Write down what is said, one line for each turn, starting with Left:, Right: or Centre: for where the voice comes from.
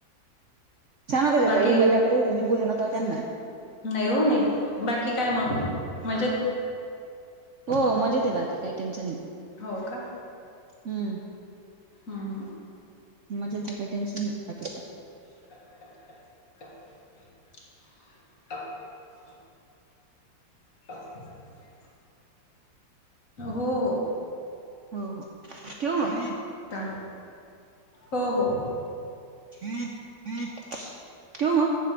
Right: छान होत्या त्या
Left: बाकी
Right: ताई मजाक करून होते मी बोलू नका त्यांना
Left: नाही हो नाही बाकी काय मग मजेत?
Right: हो मजेत आहे. बाकी काही टेन्शन नाही.
Left: हो का?
Right: हम्म
Left: ह ह.
Right: मजेत आहे. काय टेन्शन नाही बाकी आता.
Left: <inaudible> <inaudible> <inaudible> हो हो.
Right: हो हो. ठेऊ मग?
Left: चालेल. हो हो.
Right: ठेवू मग?